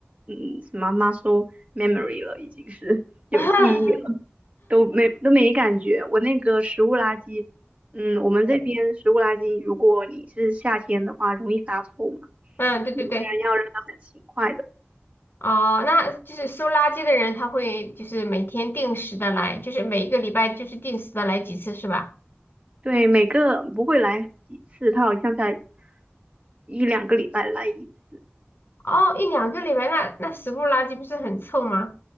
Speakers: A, on the right; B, on the left.
A: 嗯，什么 muscle memory 了，已经是有记忆了。
B: <laughs> 嗯
A: 都没都没感觉。我那个食物垃圾，嗯，我们这边食物垃圾，如果你是夏天的话，容易发臭嘛，
B: 嗯，对对对，
A: 有些人要扔的很勤快的。
B: 哦，那就是收垃圾的人，他会就是每天定时的来，就是每一个礼拜就是定时的来几次是吧？
A: 对，每个不会来几次，他好像才一两个礼拜来一次。
B: 哦，一两个礼拜，那那食物垃圾不是很臭吗？